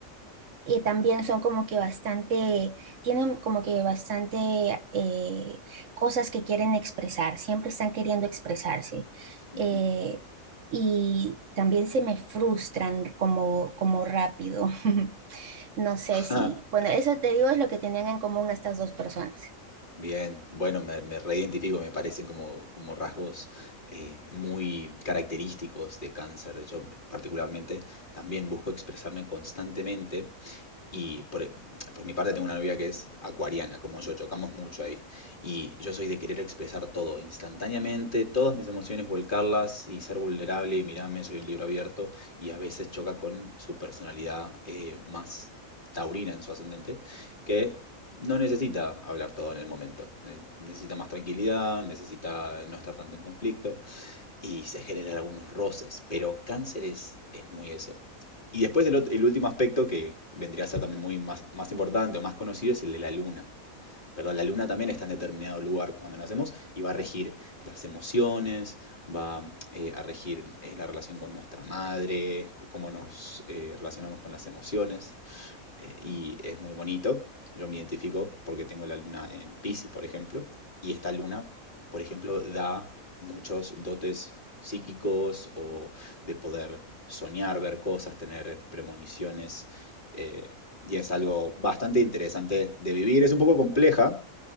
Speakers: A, on the right (about 65°); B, on the left (about 35°).
A: Y también son como que bastante, tienen como que bastante eh, cosas que quieren expresar, siempre están queriendo expresarse.
B: ujú.
A: Eh, y también se me frustran como, como rápido. <laughs> No sé
B: <laughs>
A: si, bueno, eso te digo es lo que tenían en común estas dos personas.
B: Bien, bueno, me, me reidentifico, me parecen como, como rasgos eh, muy característicos de cáncer. Yo particularmente también busco expresarme constantemente Y por, e- por mi parte tengo una novia que es acuariana, como yo, chocamos mucho ahí. Y yo soy de querer expresar todo instantáneamente, todas mis emociones, volcarlas y ser vulnerable y mirarme, soy un libro abierto. Y a veces choca con su personalidad eh, más taurina en su ascendente, que no necesita hablar todo en el momento. Ne- Necesita más tranquilidad, necesita no estar tanto en conflicto y se generan algunos roces. Pero Cáncer es, es muy eso. Y después el, ot- el último aspecto que vendría a ser también muy más, más importante o más conocido es el de la luna, ¿verdad? La luna también está en determinado lugar cuando nacemos y va a regir las emociones, va eh, a regir eh, la relación con nuestra madre, c- cómo nos eh, relacionamos con las emociones eh, y es muy bonito. Yo me identifico porque tengo la luna en Piscis, por ejemplo, y esta luna, por ejemplo, da muchos dotes psíquicos o de poder soñar, ver cosas, tener premoniciones, eh, y es algo bastante interesante de vivir. Es un poco compleja,